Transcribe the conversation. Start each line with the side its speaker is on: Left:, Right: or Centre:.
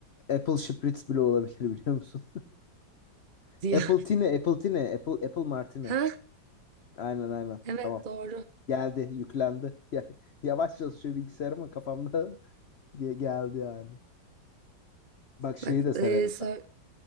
Left: Apple Spritz bile olabilir biliyor musun? <laughs>
Right: diye.
Left: Apple
Right: <laughs>
Left: Tine, Apple Tine, Apple, Apple Martini.
Right: Ha?
Left: Aynen aynen
Right: Evet
Left: tamam.
Right: doğru.
Left: Geldi, yüklendi. <laughs> Ya- Yavaş çalışıyor bilgisayar ama kafamda <laughs> ge- geldi yani. Bak şeyi
Right: Bak
Left: de severim
Right: e, sö-
Left: ben.